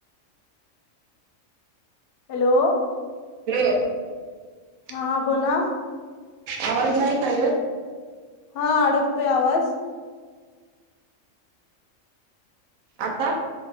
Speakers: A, on the left; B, on the right.
A: हॅलो.
B: <unintelligible>
A: हा बोला.
B: आवाज नाही चागत.
A: हा अडकतोय आवाज
B: आता